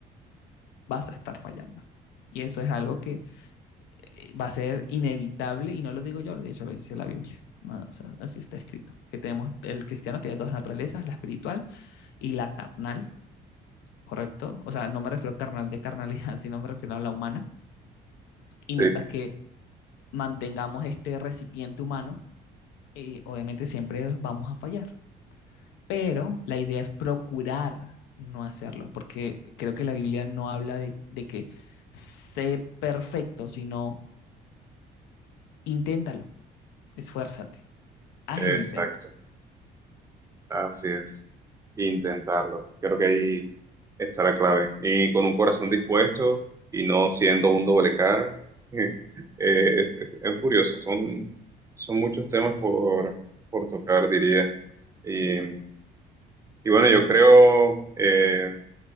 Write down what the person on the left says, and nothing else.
vas a estar fallando. Y eso es algo que eh, va a ser inevitable, y no lo digo yo, de hecho lo dice la Biblia. No, o sea, así está escrito. Que tenemos, el cristiano tiene dos naturalezas, la espiritual y la carnal, ¿correcto? O sea, no me refiero a carnal de carnalidad, <laughs> sino me refiero a la humana. Y
mientras que mantengamos este recipiente humano, eh, obviamente siempre vamos a fallar. Pero la idea es procurar no hacerlo, porque creo que la Biblia no habla de, de que sé perfecto, sino inténtalo, esfuérzate, haz
el intento.